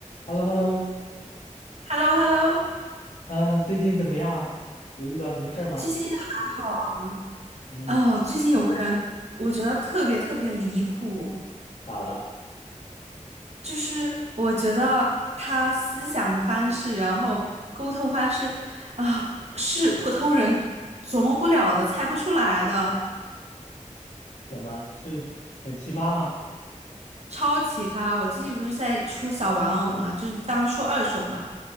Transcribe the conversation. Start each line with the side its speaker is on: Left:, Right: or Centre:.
Left: h e l l o h e l l o
Right: h e l l o h e l l o
Left: 呃，最近怎么样啊？有遇到什么事儿吗？
Right: 最近还好
Left: 嗯，
Right: 哦。最近有个人，我觉得特别特别离谱，
Left: 咋了？
Right: 就是我觉得他思想的方式，然后沟通方式啊，是普通人琢磨不了的，猜不出来的，
Left: 怎么是很奇葩吗？
Right: 超奇葩。我最近不是在出小玩偶嘛，就是当出二手嘛。